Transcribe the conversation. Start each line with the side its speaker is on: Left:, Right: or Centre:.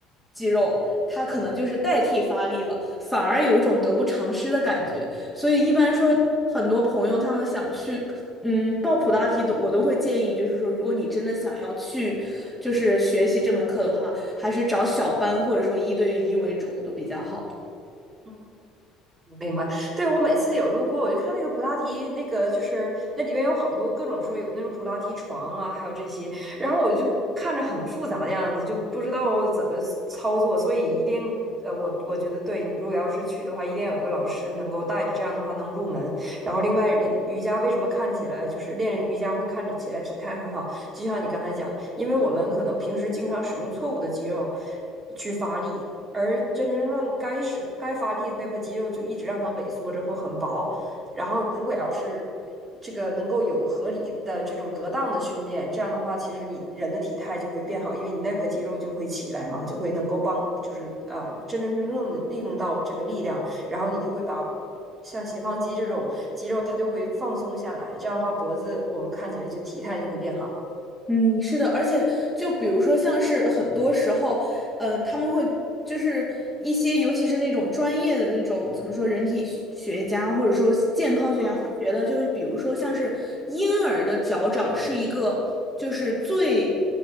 Centre: 肌肉，它可能就是代替发力了，反而有一种得不偿失的感觉。所以一般说，很多朋友他们想去。嗯，报普拉提的我都会建议，就是说，如果你真的想要去，就是学习这门课的话，还是找小班或者说一对一为主都比较好。
Right: 嗯。明白，对，我每次有路过，我就看那个普拉提，那个就是那里边有好多各种说有那种普拉提床啊，还有这些，然后我就看着很复杂的样子，就不知道怎么操作，所以一定呃，我我觉得对，你如果要是去的话，一定要有一个老师能够带着，这样的话能入门。然后另外人瑜伽为什么看起来就是练瑜伽会看着起来体态很好，就像你刚才讲，因为我们可能平时经常使用错误的肌肉去发力。而真真正正该是该发力的那块肌肉就一直让它萎缩着或很薄。然后，如果要是这个能够有合理的这种得当的训练，这样的话，其实你人的体态就会变好，因为你那块肌肉就会起来嘛，就会能够帮，就是呃真真正正的利用到这个力量，然后你就会把。像斜方肌这种肌肉，它就会放松下来，这样的话，脖子我们看起来就体态就会变好。
Centre: 嗯，是的，而且就比如说，像是很多时候，嗯、他们会就是一些，尤其是那种专业的那种怎么说，人体学学家或者说健康学家会觉得，
Right: 嗯，
Centre: 就是比如说像是婴儿的脚掌是一个就是最